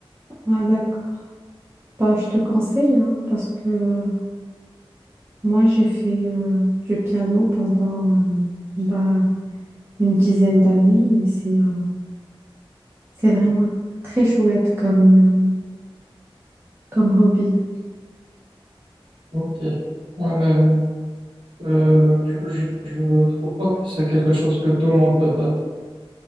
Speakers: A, on the right; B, on the right.
A: Ah, d'accord. Bah, je te conseille, hein, parce que moi, j'ai fait euh, du piano pendant euh, bah, une dizaine d'années et c'est euh, c'est vraiment très chouette comme, euh, comme hobby.
B: Ok. Ouais, mais euh, je, je, je trouve pas que c'est quelque chose que tout le monde peut faire.